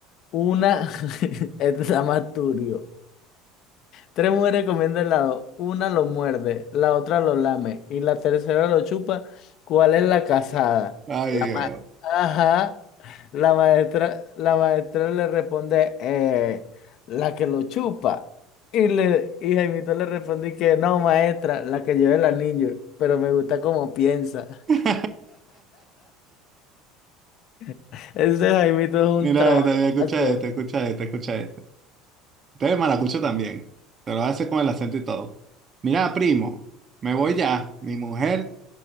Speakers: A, on the left (about 55°); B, on the right (about 35°).
A: una <laughs> es la más turbio. Tres mujeres comiendo helado, una lo muerde, la otra lo lame y la tercera lo chupa, ¿cuál es la casada?
B: Ay, Dios.
A: Ajá. La maestra, la maestra le responde, eh, la que lo chupa. Y, le, y Jaimito le respondí que no, maestra, la que lleva el anillo, pero me gusta cómo piensa.
B: <laughs>
A: <laughs> Ese Jaimito es
B: Mira
A: un trolazo.
B: esta, mira, escucha esta, escucha esta, escucha esta. Este es maracucho también. Te lo hace con el acento y todo. Mira, primo, me voy ya. Mi mujer